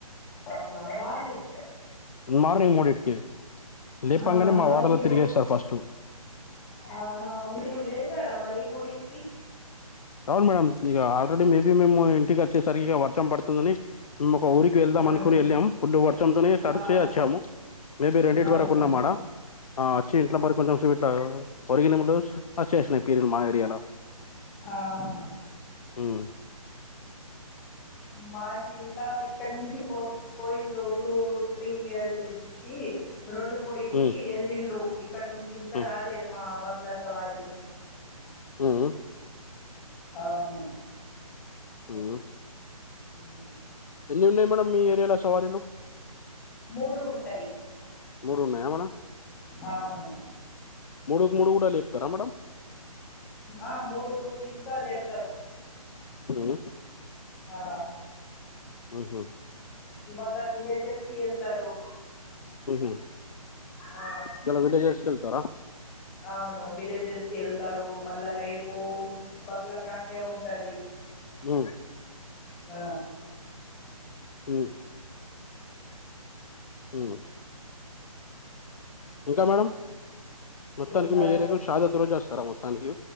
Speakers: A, in the centre; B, on the left.
A: అవునా మార్నింగ్
B: మార్నింగ్ మూడిటికి లేపంగానే
A: ఆహా,
B: మా
A: మరి
B: వాడలో
A: మీరు
B: తిరిగేస్తా ఫస్ట్
A: ఆహా మీరు లేసారా మరి మూడింటికి
B: అవును మేడం ఇక ఆల్రెడీ మేబీ మేము ఇంటికి వచ్చేసరికి ఇక వర్షం పడుతుందని మేము ఒక ఊరికి వెళ్దాం అనుకుని
A: ఆ,
B: వెళ్ళాం ఫుల్లు వర్చంతోనే తడిచే
A: ఆ,
B: వచ్చాము మేబి రెండింటి
A: అవునా
B: వరకు ఉన్నా ఆ డ ఆ వచ్చి ఇంట్లో పడి కొంచెం సేపు ఓ రిగినమో లేదో వచేసినాయి పిరీలు మా ఏరియాలో
A: ఆహా
B: హహమ్
A: మాకు ఇంకా ఇక్కడ నుంచి పో పోయిండ్రు టు త్రీ ఇయర్ కి రెండు మూడుంటికి
B: ఉమ్,
A: వెళ్ళిన్రు ఇక్కడ నుంచి ఇంకా
B: ఉమ్,
A: రాలే మా బంగ్లా సవారీలు
B: హమ్
A: అవును
B: హమ్
A: ఉమ్
B: ఎన్ని ఉన్నాయి మేడంమ్ మీ ఏరియాలో సవారీలు
A: మూడు ఉంటాయి
B: మూడు ఉన్నాయా మేడమ్
A: అవును
B: మూడుకు మూడు కూడా లేపుతారా మేడం
A: ఆ మూడు ఇంకా లేపుతారు
B: ఉమ్
A: ఆ
B: ఉహు,
A: ఇవాళ విలేజెస్ కి వెళ్తారు
B: ఉమ్
A: ఆ,
B: దాన్లో విలేజెస్ కి వెళ్తారా
A: అవును విలేజెస్ కి వెళ్తారు మళ్ళా రేపు బంగ్లాకాండే ఉంటది
B: ఉమ్
A: అ
B: హమ్ ఉహ్ ఇంకా మేడం మొత్తానికి
A: ఇంకా
B: మీ ఏరియాకు
A: చెప్
B: షహదత్ రోజుస్తారా మొత్తానికి